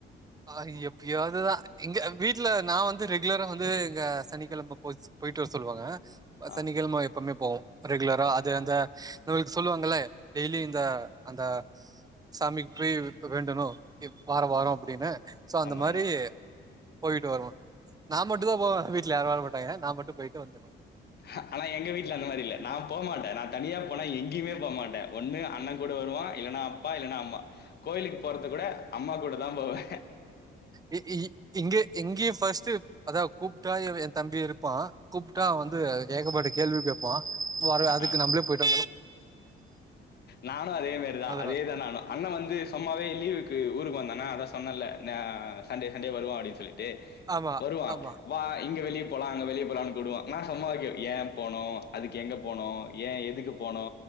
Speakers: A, on the right (about 20°); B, on the left (about 55°).
A: ஆஹ் எப்பயாவதுதான் இங்க வீட்டு்ல நான் வந்து ரெகுலரா வந்து எங்க சனிக்கிழம போயிட்டு வர சொல்லுவாங்க
B: ஆ
A: சனிக்கிழம எப்பவுமே போவோ ரெகுலரா அது அந்த இவுங்களுக்கு சொல்லுவாங்கள டெய்லி இந்த அந்த சாமிக்கு போய் வேண்டணும் வாரம் வாரம் அப்படினு சோ அந்த
B: ஆமா
A: மாதிரி
B: ஆமா
A: போயிட்டு வருவா நா மட்டுதா
B: ஆ
A: போவ வீ வீட்ல யாரு வர மாட்டாயிங்க நா மட்டும் போயிட்டு வந்துருவே
B: ஹ அனா எங்க வீட்டு்ல அந்த மாதிரி இல்ல நா போவ்மாட்டேன் நா தனியா போனா எங்கியுமே போவ்மாட்டே ஒண்ணு அண்ணங் கூட வருவா இல்லன்னா அப்பா இல்லன்னா அம்மா கோயிலுக்கு போறது கூட அம்மா கூட தா போவே
A: இ ஈ எங்கே எங்கியி ஃபஸ்ட்டு அதா கூப்பிட்டா எவை எங் தம்பி இருப்பா கூப்புட்டா
B: ஆ
A: வந்து ஏகப்பாட்டுக் கேள்வி கேப்பா வர அதுக்கு
B: ஆ.
A: நம்ளே <inaudible> போயிட்
B: நானு அதே மரிதா
A: அதனால
B: அதேதா நானு அண்ண வந்து சுத்தமாவே லீவுக்கு ஊருக்கு வந்தனா அதா சொன்னல நா சண்டே சண்டே வருவோ அப்டின் சொல்லிட் ட்டு
A: ஆமா
B: வருவா
A: ஆமா
B: வா இங்க வெளிய போலா அங்க வெளியே போலாம்னு கூப்டுவா நா சம்மார்க்கவே ஏ போனு அதுக்கு எங்க போனு ஏ எதுக்கு போனோ